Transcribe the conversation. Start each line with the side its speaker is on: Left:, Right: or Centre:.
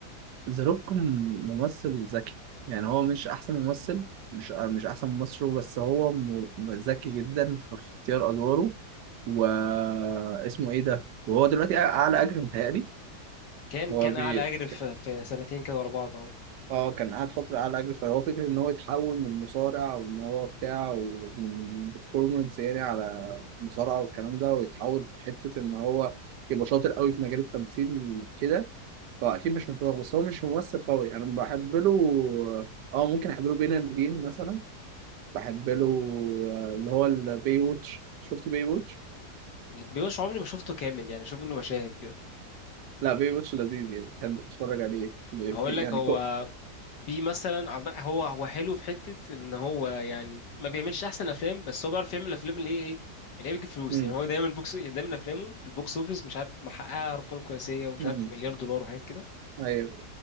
Right: ذا روك ممثل ذكي يعني هو مش احسن ممثل مش مش احسن ممثل بس هو م- ذكي جدا في اختيار ادواره واسمه ايه ده وهو دلوقتي اعلى اجر متهيألي
Left: كان
Right: هو
Left: كان
Right: بي
Left: اعلى اجر في
Right: كان-
Left: في سنتين كده ورا بعض اه
Right: اه كان قاعد فترة على أجر فهو فكرة إن هو يتحول من مصارع وإن هو بتاع ومن performance يعني على مصارعة والكلام ده ويتحول في حتة إن هو يبقى شاطر قوي في مجال التمثيل كده هو اكيد مش متفوق بس هو مش ممثل قوي انا بحب له اه ممكن احب له بين البين مثلا بحب له آه، اللي هو البي ووتش شفت بي ووتش
Left: بيوش عمري ما شفته كامل يعني شوف انه مشاهد كده
Right: لا بي ووتش لذيذ يعني بتحب تتفرج عليه بي-
Left: هقول
Right: في
Left: لك
Right: يعني
Left: هو
Right: كو
Left: في مثلا عم- هو هو حلو في حته ان هو يعني ما بيعملش احسن افلام بس هو بيعرف يعمل الافلام اللي هي ايه اللي هي بتجيب فلوس
Right: امم
Left: يعني هو دايما بوكس دايما افلامه في البوكس اوفيس مش عارف محققه ارقام قياسيه ومش
Right: امم
Left: عارف مليار دولار وحاجات كده
Right: ايوه